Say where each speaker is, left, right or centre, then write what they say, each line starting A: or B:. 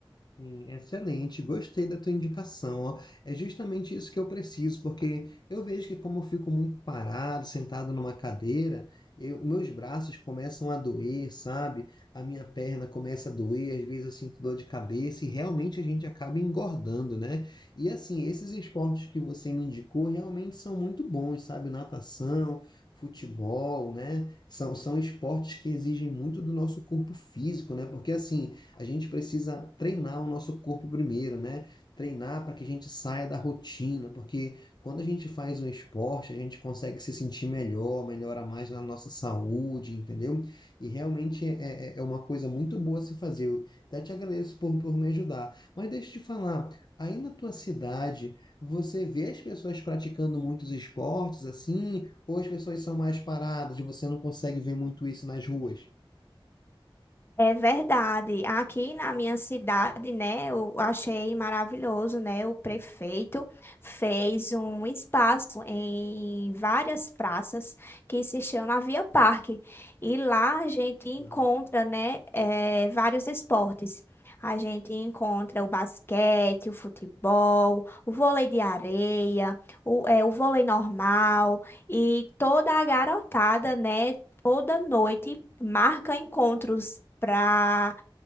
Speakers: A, on the left (about 50°); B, on the left (about 25°).
A: Hum, excelente, gostei da tua indicação, ó. É justamente isso que eu preciso, porque eu vejo que como eu fico muito parado, sentado numa cadeira, eu- meus braços começam a doer, sabe? A minha perna começa a doer, às vezes eu sinto dor de cabeça e realmente a gente acaba engordando, né? E assim, esses esportes que você me indicou realmente são muito bons, sabe? Natação, futebol, né? São, são esportes que exigem muito do nosso corpo físico, né? Porque assim, a gente precisa treinar o nosso corpo primeiro, né? Treinar para que a gente saia da rotina, porque quando a gente faz um esporte, a gente consegue se sentir melhor, melhora mais na nossa saúde, entendeu? E realmente é, é é uma coisa muito boa se fazer. Eu até te agradeço por, por me ajudar. Mas deixa eu te falar, aí na tua cidade, você vê as pessoas praticando muitos esportes assim, ou as pessoas são mais paradas, e você não consegue ver muito isso nas ruas?
B: É verdade. Aqui na minha cidade, né, eu achei maravilhoso, né? O prefeito fez um espaço em várias praças que se chama Via Parque. E lá a gente encontra,
A: Legal.
B: né, eh, vários esportes. A gente encontra o basquete, o futebol, o vôlei de areia, o, eh, o vôlei normal e toda a garotada, né? toda noite marca encontros para